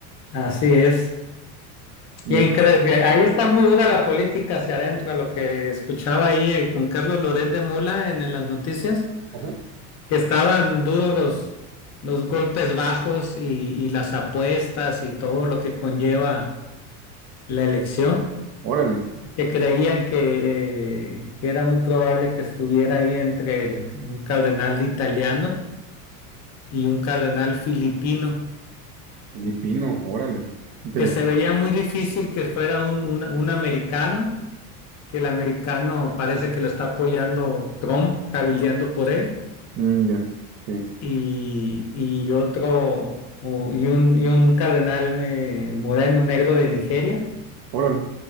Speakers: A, on the left; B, on the right.
A: Así es.
B: Y
A: ¿Quién
B: es,
A: crees que ahí está muy dura la política hacia adentro? A lo que escuchaba ahí eh, con Carlos Loret de Mola en, en las noticias,
B: ajá,
A: que estaban duros los, los golpes bajos y, y las apuestas y todo lo que conlleva la elección,
B: órale,
A: que creían que, eh, que era muy probable que estuviera ahí entre el- un cardenal italiano y un cardenal filipino,
B: filipino, órale, interesante.
A: que se veía muy difícil que fuera un un- un americano que el americano parece que lo está apoyando Trump, cabildeando por él,
B: Mm, ya, sí,
A: y, y otro, o- y un, y un cardenal eh, moreno negro de Nigeria,
B: órale.